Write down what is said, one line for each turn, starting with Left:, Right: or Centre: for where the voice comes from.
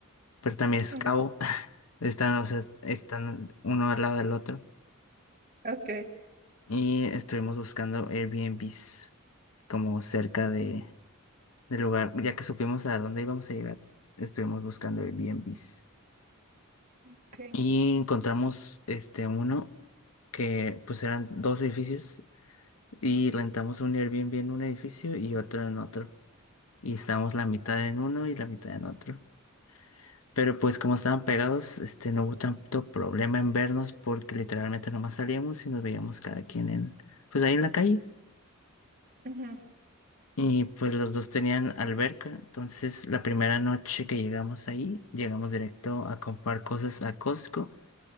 Left: pero también es
Right: Ujú,
Left: Cabo. <laughs> Están, o sea, están uno al lado del otro
Right: Ok,
Left: y estuvimos buscando Airbnbs como cerca de del lugar, ya que supimos a dónde íbamos a llegar, estuvimos buscando Airbnbs.
Right: ok.
Left: Y encontramos este uno que pues eran dos edificios y rentamos un Airbnb en un edificio y otro en otro. Y estábamos la mitad en uno y la mitad en otro. Pero pues como estaban pegados, este no hubo tanto problema en vernos porque literalmente nomás salíamos y nos veíamos cada quien en pues ahí en la calle.
Right: ujú.
Left: Y pues los dos tenían alberca, entonces la primera noche que llegamos ahí, llegamos directo a comprar cosas a Costco